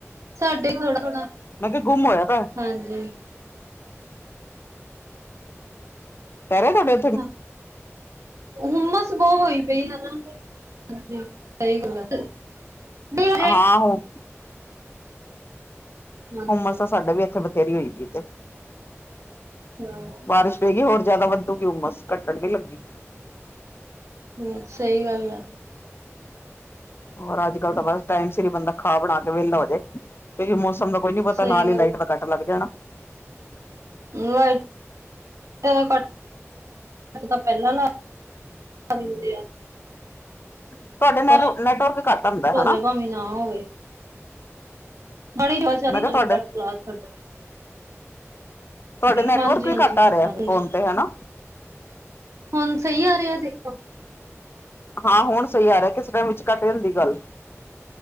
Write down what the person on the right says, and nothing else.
ਸਾਡੇ ਥੋੜਾ ਥੋੜਾ
ਹਾਂਜੀ
ਹਾਂ ਹੁੰਮਸ ਬੋਤ ਹੋਈ ਪਈ ਹਨਾ, ਸਈ ਗੱਲ ਐ ਵੀ ਜੇ
ਹਾਂਜੀ
<inaudible>
ਹੂੰ ਸਈ ਗੱਲ ਐ।
ਸਹੀ
ਗੱਲ
ਲਾਇਟ ਤਦਾਂ ਕਟ ਤਾਂ ਪਹਿਲਾਂ ਲਾ ਦਿੰਦੇ ਆ
ਬਸ
ਕੁਛ
ਹੋਵੇ
ਭਾਵੇਂ ਨਾ ਹੋਵੇ ਬੜੇ
ਨਾਲ
ਇਲਾ ਛੱਡਦੇ <inaudible>
ਹਾਂਜੀ
ਹਾਂਜੀ
ਹਾਂਜੀ
ਹੁਣ ਸਹੀ ਆ ਰਿਹਾ ਦੇਖੋ